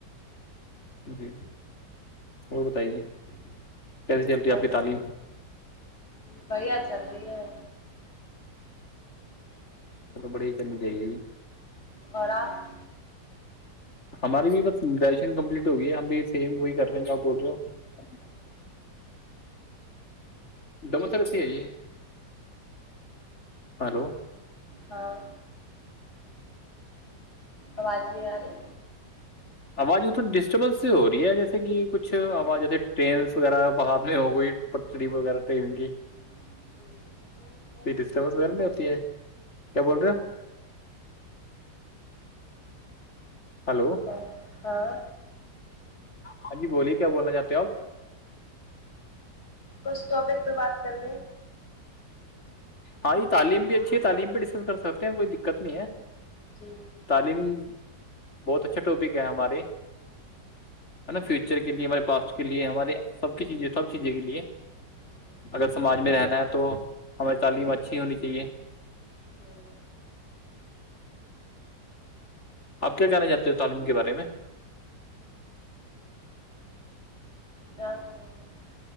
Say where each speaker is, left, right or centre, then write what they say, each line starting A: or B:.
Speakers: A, on the left; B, on the left.
A: جی اور بتائیے کیسی چلتی
B: بس
A: ہے آپ کی تعلیم
B: بڑھیا چل رہی ہے
A: چلو بڑھیا ہی چلنی چاہیے جی
B: اور آپ
A: ہماری بھی بس گریجویشن کمپلیٹ ہوگی ہم بھی سیم وہی کرے ہیں جو آپ بول رہے ہو <inaudible> <inaudible> ہے جی ہلو
B: ہاں آواز نہیں آ رہی
A: آواز وہ تو ڈسٹربنس سے ہو رہی ہے جیسے کہ کچھ آواز جیسے ٹرینس وغیرہ بہات میں ہو گئی پٹری وغیرہ تو ہو گی
B: <inaudible> نہیں کوئی نہیں
A: ڈسٹربنس
B: ہے
A: وغیرہ نہیں ہوتی ہے کیا بول رہے ہو آپ ہلو
B: اور ہاں
A: ہاں جی بولیے کیا بولنا چاہتے ہو آپ
B: بس ٹاپک پہ بات کر لیں
A: ہاں یہ تعلیم بھی اچھی ہے تعلیم بھی ڈسکس کر سکتے ہیں کوئی دقت نہیں ہے
B: جی جی
A: تعلیم بہت اچھا ٹاپک ہے ہمارے ہے نا فیوچر کے لیے ہمارے پاسٹ کے لیے ہمارے سب کی چیزیں سب چیزیں کے لیے
B: جی
A: اگر سماج میں رہنا ہے تو ہماری تعلیم اچھی ہونی چاہیے
B: ہوں،
A: آپ کیا کہنا چاہتے ہیں تعلیم کے بارے میں
B: جانتے ہیں